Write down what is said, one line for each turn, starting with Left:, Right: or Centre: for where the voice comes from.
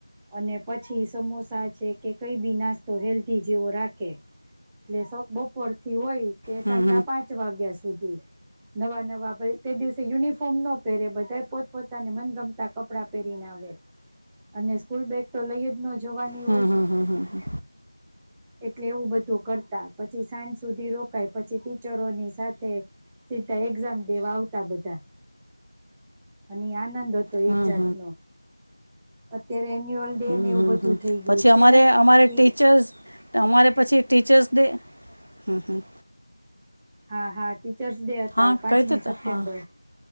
Centre: અને પછી સમોસા છે કે કઈ બી નાસ્તો હેલ્ધી જેવો રાખે. રાખે એટલે બપોર થી હોય. તે
Right: હમ
Centre: સાજ
Right: હમ
Centre: ન પાંચ વાગ્યા સુધી. નવા નવા ભાઈ તે દિવસે યુનિફોર્મ ફોમ ન પહેરે બધાએ પોતપોતાને મનગમ તા કપડા પહેરીને આવે અને સ્કૂલ બેગ તો લઈ જ ન જવાની
Right: હમ્મ
Centre: હોય
Right: હમ્મ હમ્મ.
Centre: કેવું બધું કરતા, પછી સાંજ સુધી રો કાય પછી ટી <unintelligible> ની સાથે સીધા એક એક્ઝામ દેવા આવતા બધા. નાનંદ હતો
Right: હમ હમ
Centre: એક જાતનો અત્યારે એન્યુઅલ ડે
Right: હમ
Centre: ને એવું બધું
Right: હમ
Centre: થઈ ગયું
Right: પછી
Centre: છે
Right: અમારે અમારે
Centre: કી
Right: ટીચર્સ અમારે પછી ટીચર્સ ડે હમ્મ હમ્મ.
Centre: હા હા. ટીચર્સ ડે હતા
Right: હા
Centre: પાંચમી
Right: કહી દો
Centre: સપ્ટેમ્બર.
Right: હા